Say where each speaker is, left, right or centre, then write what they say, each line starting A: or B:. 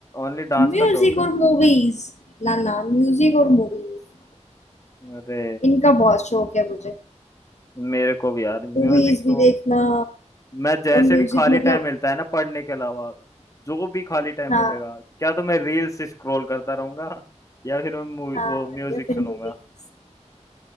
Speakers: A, on the left; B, on the left.
A: ओनली डांस
B: म्यूजिक
A: का शौक
B: और मूवीज ना ना म्यूजिक और मूवीज
A: अरे
B: इनका बहुत शौक है मुझे
A: मेरे को भी यार म्यूजिक
B: मूवीज भी
A: तो
B: देखना
A: मैं जैसे
B: और म्यूजिक
A: भी खाली
B: मतलब
A: टाइम मिलता है ना पढ़ने के अलावा जो भी खाली टाइम
B: हाँ
A: मिलेगा क्या तो मैं रील्स स्क्रॉल करता रहूंगा या फिर मैं मू-
B: हाँ
A: वो म्यूजिक
B: या फिर
A: सुनूंगा
B: मूवीज